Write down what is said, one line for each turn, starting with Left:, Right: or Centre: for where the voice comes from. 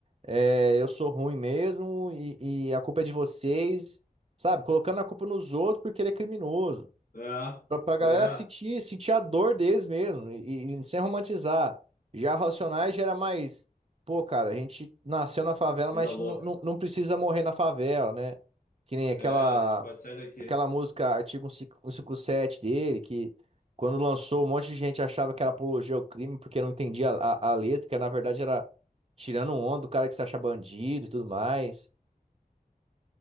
Right: é, eu sou ruim mesmo e, e a culpa é de vocês, sabe? Colocando a culpa nos outros porque ele é criminoso.
Left: é,
Right: Pra, pra galera
Left: é,
Right: sentir, sentir a dor deles mesmo, e, e sem romantizar. Já Racionais já era mais, pô, cara, a gente nasceu na favela,
Left: vida
Right: mas a gente
Left: louca.
Right: não, não, não precisa morrer na favela, né? Que nem aquela,
Left: É, a gente pode sair daqui.
Right: aquela música Artigo cento e cinquenta e sete dele, que quando lançou, um monte de gente achava que era apologia ao crime, porque não entendia a, a, a letra, que na verdade era tirando onda do cara que se acha bandido e tudo mais,